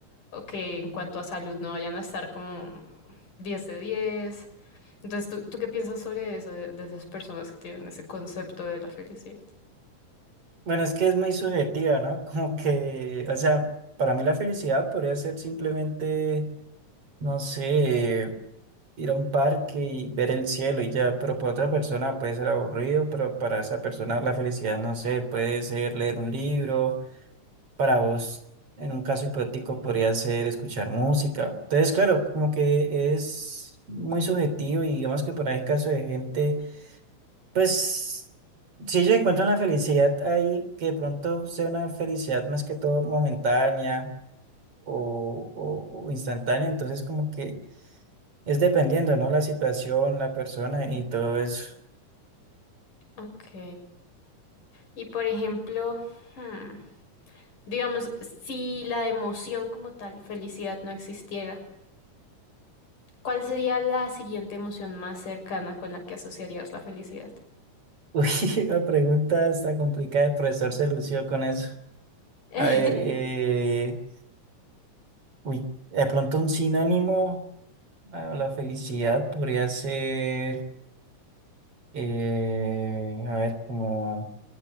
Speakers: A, on the left; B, on the right.
A: o que en cuanto a salud no vayan a estar como 10 de 10. Entonces, ¿tú, tú qué piensas sobre eso, de, de esas personas que tienen ese concepto de la felicidad?
B: bueno, es que es muy subjetiva, ¿no? Como que, o sea, para mí la felicidad podría ser simplemente, no sé, ir a un parque y ver el cielo y ya, pero para otra persona puede ser aburrido, pero para esa persona la felicidad, no sé, puede ser leer un libro para vos, en un caso hipotético, podría ser escuchar música. Entonces, claro, como que es muy subjetivo y digamos que por ahí caso de gente, pues, si ellos encuentran la felicidad ahí, que de pronto sea una felicidad más que todo momentánea o, o- o instantánea, entonces como que es dependiendo, ¿no? La situación, la persona y todo eso.
A: Ok. Y por ejemplo, hmm, Digamos, si la emoción como tal, felicidad, no existiera, ¿cuál sería la siguiente emoción más cercana con la que asociarías la felicidad?
B: <laughs> Uy, la pregunta está complicada, el profesor se lució con eso.
A: <laughs>
B: A ver, eh... Uy, de pronto un sinónimo a la felicidad podría ser, eh, a ver, como